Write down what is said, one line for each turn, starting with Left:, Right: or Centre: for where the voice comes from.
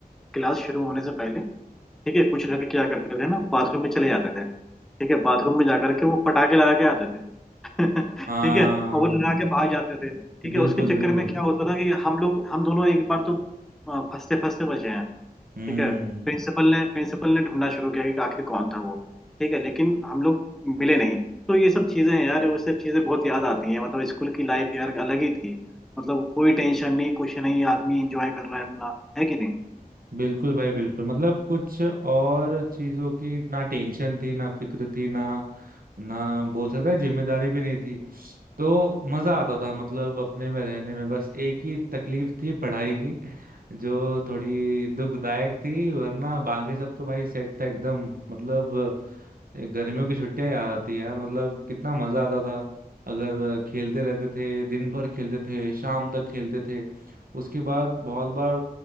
Centre: क्लास शुरू होने से पहले ठीक है कुछ लड़के क्या करते थे ना बाथरूम में चले जाते थे ठीक है बाथरूम में जाकर के वो पटाखे लगा के आते थे <laughs>
Right: हाँ
Centre: ठीक है और वो लगा के भाग जाते थे ठीक है
Right: बिल्कुल
Centre: उसके
Right: बिल्कुल
Centre: चक्कर में क्या होता था कि हम लोग हम दोनों एक बार तो अ, फंसते फंसते बचे हैं
Right: हम्म
Centre: ठीक है प्रिंसिपल ने प्रिंसिपल ने ढूंढना शुरू किया कि आखिर कौन था वो ठीक है लेकिन हम लोग मिले नहीं तो ये सब चीजें हैं यार वो सब चीजें बहुत याद आती हैं मतलब स्कूल की लाइफ यार अलग ही थी मतलब कोई टेंशन नहीं कुछ नहीं आदमी एंजॉय कर रहा है अपना है कि नहीं
Right: बिल्कुल भाई बिल्कुल मतलब कुछ और चीजों की ना टेंशन थी ना फिक्र थी ना ना बोल सकता है जिम्मेदारी भी नहीं थी तो मजा आता था मतलब अपने में रहने में बस एक ही तकलीफ थी पढ़ाई की जो थोड़ी दुखदायक थी वरना बाकी सब तो भाई सेट था एकदम मतलब ये गर्मियों की छुट्टियां याद आती है यार मतलब कितना मजा आता था अगर खेलते रहते थे दिन भर खेलते थे शाम तक खेलते थे उसके बाद बहुत बार